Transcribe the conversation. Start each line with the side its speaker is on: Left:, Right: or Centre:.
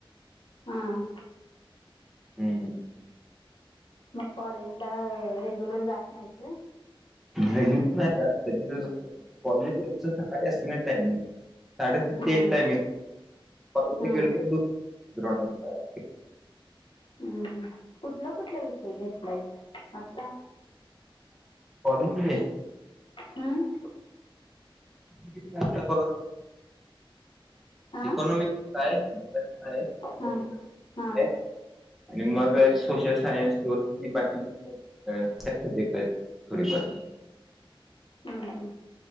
Left: हां
Centre: हम्म.
Left: मग कॉलेजला रेग्युलर जात नाहीत होय.
Centre: रेग्युलर नाही जात कधी तरी जातो. कॉलेज <unintelligible> असतंय ना टाइमिंग. साडेसात
Left: हं,
Centre: ते एक टाइमिंग <unintelligible>
Left: हं,
Centre: गेल तर <unintelligible>
Left: हम्म हम्म. कुठलं कुठलं विषय घेतलाय आता?
Centre: कॉलेजमध्ये?
Left: हम्म.
Centre: किती लागत बघा
Left: हां
Centre: इकॉनोमिक आहे काय, काय?
Left: हां हां
Centre: आणि मग सोशल सायन्स किंवा बाकीची भेताय थोडी फार
Left: हं, हं.